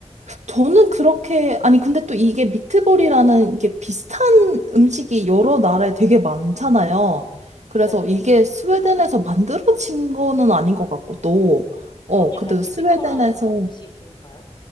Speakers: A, on the right; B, on the left.
A: 저는 그렇게, 아니, 근데 또 이게 미트볼이라는 이게 비슷한 음식이 여러 나라에 되게 많잖아요. 그래서
B: 네.
A: 이게 스웨덴에서 만들어진 거는 아닌 것 같고, 또, 어,
B: 그럼 약간
A: 근데
B: 티피컬한
A: 스웨덴에서,
B: 음식인가요?